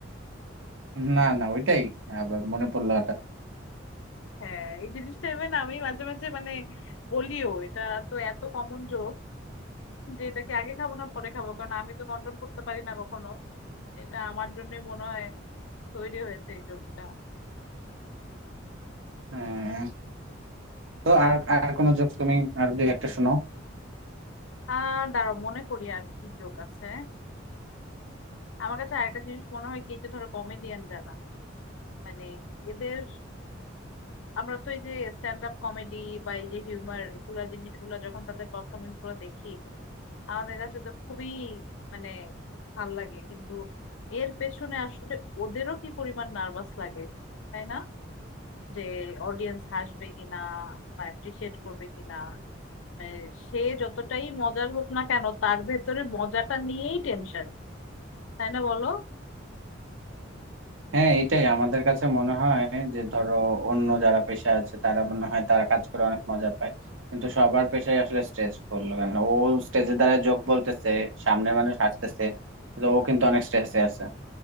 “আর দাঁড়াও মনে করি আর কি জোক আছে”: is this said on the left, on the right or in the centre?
Left